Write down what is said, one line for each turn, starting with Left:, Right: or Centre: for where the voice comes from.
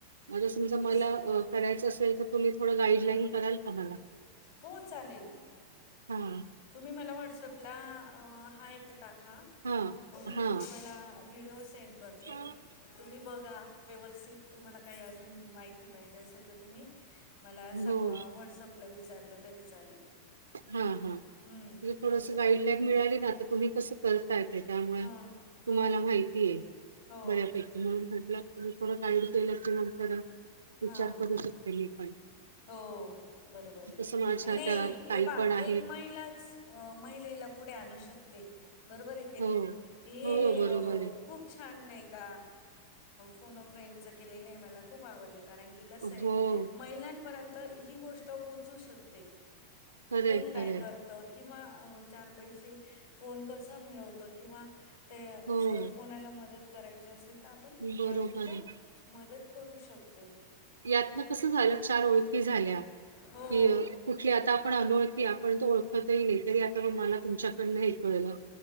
Right: आता समजा मला
Left: असं
Right: करायचं असेल तर, तुम्ही थोडं गाईडलाईन कराल का मला?
Left: हो चालेल ना.
Right: हा.
Left: तुम्ही मला व्हॉट्सअपला हाय टाका,
Right: हां,
Left: मग मी
Right: हां,
Left: तुम्हाला व्हिडओ सेंड करते.
Right: हां.
Left: तुम्ही बघा व्यवस्थित तुम्हाला काही अज माहिती पाहिजे असेल तर तुम्ही मला अस
Right: हो,
Left: कॉ व्हॉट्सअपला विचारलं तरी चालेल.
Right: हा हा,
Left: हं,
Right: ते थोडस
Left: असं
Right: गाईडलाईन मिळाली ना आता तुम्ही कसं करतायचे त्यामुळे
Left: हां हां
Right: तुम्हाला माहिती आहे,
Left: हो
Right: बऱ्यापैकी म्हणून म्हटलं! तुम् थोडं गाईड केलं की नंतर विचार
Left: हां
Right: करू शकते. मी पण
Left: हो! बरोबर आहे,
Right: तसं माझ्या
Left: आणि नाही!
Right: त्या
Left: हे
Right: ताई
Left: बा!
Right: पण
Left: !
Right: आहेत.
Left: एक महिलाच महिलेला पुढे, आणू शकते! बरोबर आहे.
Right: हो.
Left: हे
Right: हो, बरोबर
Left: अ!
Right: आहे.
Left: खूप! प छान! नाही का? फोन फ्रेंडच केलेलं आहे मला! खूप आवडलं कारण की? कस
Right: हो.
Left: महिलांपर्यंत ही, गोष्ट पोहोचू शकते.
Right: खरंय,
Left: कोण काय
Right: खरंय.
Left: करत? - किंवा चार पैसे कोण कस मिळवत किंवा! ते
Right: हो,
Left: जर कोणाला मदत! करायचे असेल तर आपण
Right: बरोबर
Left: यातून
Right: आहे.
Left: पण मदत करू शकतोय!
Right: यातन कस झालं चार ओळखी झाल्या
Left: हो
Right: कि कुठली आता आपण अनोळखी. पण तो ओळखतही नाही तरी, आता मला तुमच्याकडनं हे कळलं!